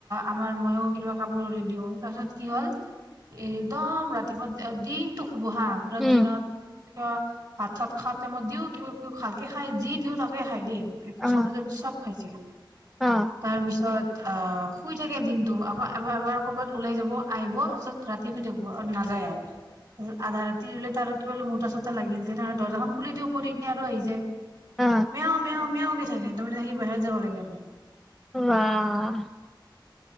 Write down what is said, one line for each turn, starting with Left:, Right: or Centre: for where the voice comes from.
Right: আমাৰ ময়ো কিবা কাপোৰ ৰুৰে দিওঁ তাৰপিছত কি হ'ল এ একদম ৰাতিপুৱা দিন। বুহা পুৰা
Centre: উম
Right: দিনত। কিবা ভাত চাত খাত টাইমত দিও কিবা কিবি ভালকে খাই যি দিও তাকে খাই দি। একো
Centre: অ
Right: চবজি চব্জি চব খাইছিলে।
Centre: অ
Right: তাৰ পিছত। অহ, শুই থাকে দিনতটো আকৌ এব এবাৰ ক'বাত ওলাই যাব আহিব তাৰপিছত ৰাতি শুই থাকিব আৰু নাযায় আৰু। আধা ৰাতি দলে ত আৰু কিবা মোতা চোতা লাগিল তেনেহলে দৰ্জাখন খুলি দিও কৰি কিনে আৰু আহি যায়।
Centre: অ
Right: মেঅ মেঅ। থাকে তাৰে সি বাহিৰত যাব লাগে আমাক।
Centre: ৱাহ।